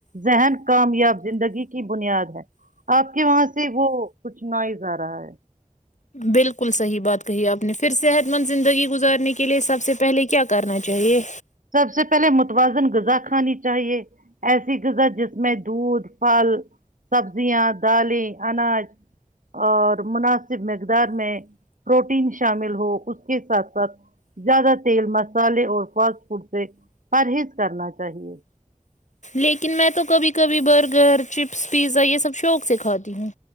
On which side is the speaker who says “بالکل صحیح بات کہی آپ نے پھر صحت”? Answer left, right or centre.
Left